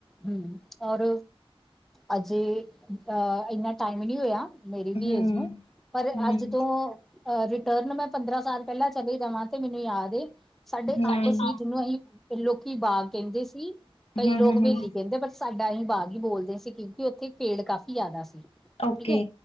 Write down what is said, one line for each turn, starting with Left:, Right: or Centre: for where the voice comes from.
Centre: ਹੂੰ, ਔਰ ਅਜੇ ਅ ਇੰਨਾ ਟਾਈਮ ਨਹੀਂ ਹੋਇਆ। ਮੇਰੀ ਵੀ
Left: ਹਮ
Centre: ਏਜ ਨੂੰ ਪਰ
Left: ਹਮ
Centre: ਅੱਜ ਤੋਂ, ਰਿਟਰਨ ਮੈਂ ਪੰਦਰਾਂ ਸਾਲ ਪਹਿਲਾਂ ਚਲੇ ਜਾਵਾਂ ਤੇ ਮੈਨੂੰ ਯਾਦ, ਸਾਡੇ
Left: ਹਮ
Centre: ਅੰਬ ਸੀ ਜਿਹਨੂੰ ਅਸੀਂ ਲੋਕੀ ਬਾਗ ਕਹਿੰਦੇ ਸੀ,
Left: ਹਮ
Centre: ਕਈ ਲੋਕ
Left: ਹਮ
Centre: ਵਹਲੀ
Left: ਹਮ
Centre: ਕਹਿੰਦੇ ਬ ਸਾਡਾ ਅਸੀਂ ਬਾਗ ਹੀ ਬੋਲਦੇ ਸੀ ਕਿਉਂਕਿ ਉੱਥੇ ਪੇੜ ਕਾਫ਼ੀ ਜ਼ਿਆਦਾ ਸੀ।
Left: ਓਕੇ
Centre: ਠੀਕ ਐ,